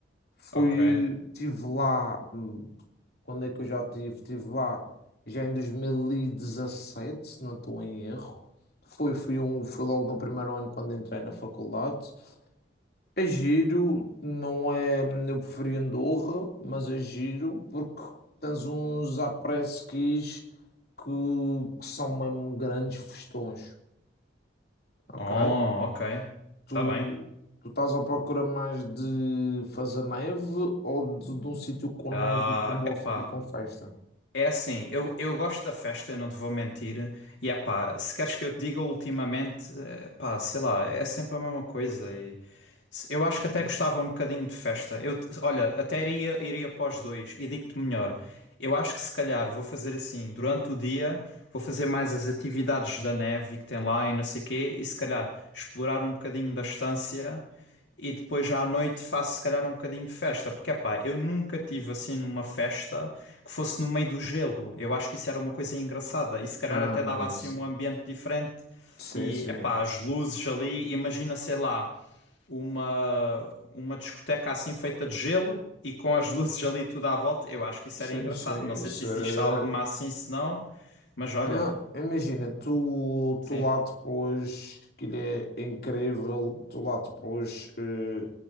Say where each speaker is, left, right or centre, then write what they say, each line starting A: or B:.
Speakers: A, on the left; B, on the left.
A: Fui,
B: Ok.
A: eh, tive lá hum, quando é que eu já estive? Estive lá já em 2017, se não estou em erro. Foi, foi um, foi logo no primeiro ano quando entrei na faculdade. É giro, não é. Eu preferi Andorra, mas é giro porque tens uns après-skis que, que são mesmo grandes festões, ok?
B: Oh, ok.
A: Tu,
B: Tá bem.
A: tu estás à procura mais de fazer neve ou de, de um sítio com neve
B: Ah,
A: e com, boa,
B: epá.
A: fe- e com festa?
B: É assim, eu, eu gosto da festa, eu não te vou mentir. E epá, se queres que eu te diga ultimamente, eh, pá, sei lá, é sempre a mesma coisa. Eu acho que até
A: Não,
B: gostava um bocadinho de festa. Eu, olha, até iria, iria para dois e digo-te melhor. Eu acho que se calhar vou fazer assim, durante o dia, vou fazer mais as atividades da neve que tem lá e não sei quê, e se calhar explorar um bocadinho da estância e depois já à noite faço se calhar um bocadinho de festa, porque epá, eu nunca tive assim numa festa que fosse no meio do gelo. Eu acho que isso era uma coisa engraçada e se calhar
A: não,
B: até
A: não,
B: dava assim
A: isso
B: um ambiente diferente
A: Sim,
B: e
A: sim,
B: epá, as luzes ali, imagina, sei lá uma, uma discoteca assim feita de gelo e com as <laughs> luzes ali tudo à volta. Eu acho que isso
A: sim,
B: era engraçado.
A: sim,
B: Não sei
A: isso
B: se existe
A: é...
B: alguma assim, se não, mas olha,
A: Não, imagina, tu,
B: sim,
A: tu lá depois, que ele é incrível, tu lá depois eh,